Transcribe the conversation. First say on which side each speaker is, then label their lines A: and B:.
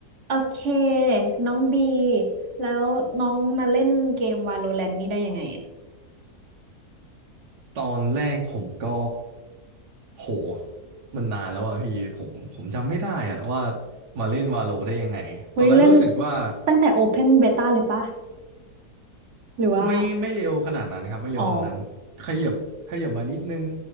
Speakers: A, on the right; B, on the right.
A: โอเคน้องบีแล้วน้องมาเล่นเกม Valorant นี่ได้ยังไงอะ
B: ตอนแรกผมก็โหมันนานแล้วอะพี่ผมผมจำไม่ได้อะว่ามาเล่นวาโลได้ยังไงตอนนั้นรู้สึกว่า
A: เฮ้ยเล่นตั้งแต่ Open Beta เลยปะหรือว่า
B: ไม่ไม่เร็วขนาดนั้นครับไม่เร็วขนาดนั้นขยับขยับมานิดนึง
A: อ๋อ